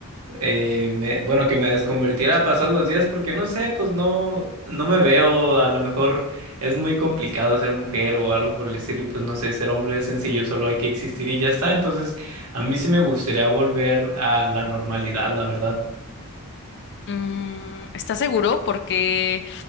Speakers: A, on the right; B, on the left.
A: eh, me- bueno, que me desconvertiera a pasar los días, porque no sé, pues no, no me veo. A lo mejor es muy complicado ser mujer o algo por el estilo. Y pues no sé, ser hombre es sencillo, solo hay que existir y ya está. Entonces, a mí sí me gustaría volver a la normalidad, la verdad.
B: Mm, ¿estás seguro? Porque,